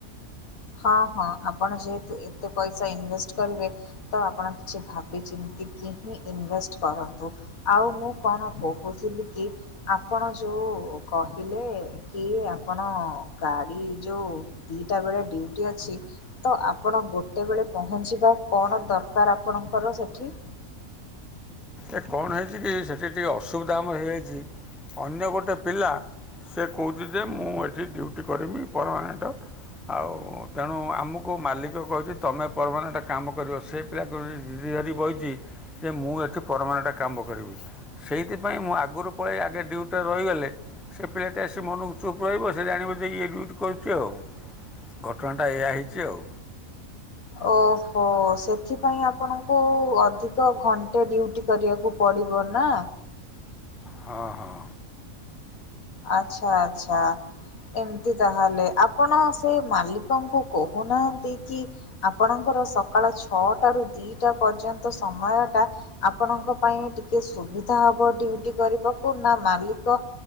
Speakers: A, on the left; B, in the centre.
A: ହଁ ହଁ ଆପଣ ଯେହେତୁ ଏତେ ପଇସା ଇନଭେଷ୍ଟ କରିବେ। ତ ଆପଣ କିଛି ଭାବିଚିନ୍ତି କିି ହିଁ ଇନଭେଷ୍ଟ କରନ୍ତୁ। ଆଉ ମୁଁ କଣ କହୁଥିଲି କି? ଆପଣ ଯୋଉ କହିଲେ କି ଆପଣ ଗାଡି ଯୋଉ ଦିଟା ବେଳେ ଡିଉ ଅଛି ତ ଆପଣ ଗୋଟେବେଳେ ପହଞ୍ଚିବା କଣ ଦରକାର ଆପଣଙ୍କର ସେଠି।
B: ଏ କଣ ହେଇଛି କି ସେଠି ଟିକିଏ ଅସୁବିଧା ଆମର ହେଇଯାଇଛି ଅନ୍ୟ ଗୋଟେ ପିଲା ସେ କହୁଛି ଯେ ମୁଁ ଏଠି ଡ୍ୟୁଟି କରିବି ପରମାନେଣ୍ଟ। ଆଉ ତେଣୁ ଆମକୁ ମାଲିକ କହୁଛି ତୁମେ ପରମାନେଣ୍ଟ କାମ କରିବ ସେ <unintelligible> ଯେ ଜିଦି ଧରି ବଇଛି ମୁଁ ଏଠି ପରମାନେଟ୍ କାମ କରିବି। ସେଇଥିପାଇଁ ମୁଁ ଆଗରୁ ପଳାଇ ଆଗେ ଡ୍ୟୁଟିରେ ରହିଗଲେ। ସେ ପିଲାଟା ଆସି ମନକୁ ଚୁପ୍ ରହିବ ସେ ଜାଣିବ ଯେ ଡ୍ୟୁଟି ଇଏ କରୁଛି ଆଉ ଘଟଣାଟା ଏଇଆ ହେଇଛି ଆଉ
A: ଓହୋ ସେଥିପାଇଁ ଆପଣଙ୍କୁ ଅଧିକ ଘଣ୍ଟେ ଡ୍ୟୁଟି କରିବାକୁ ପଡ଼ିବ ନା?
B: ହଁ ହଁ।
A: ଆଛା ଆଛା। ଏମିତି ତାହେଲେ ଆପଣ ସେ ମାଲିକଙ୍କୁ କହୁନାହାନ୍ତି କି ଆପଣଙ୍କର ସକାଳ ଛଅଟାରୁ ଦିଟା ପର୍ଯ୍ୟନ୍ତ ସମୟ ଟା ଆପଣଙ୍କ ପାଇଁ ଟିକେ ସୁବିଧା ହବ ଡିଉଟି କରିବାକୁ ନା ମାଲିକ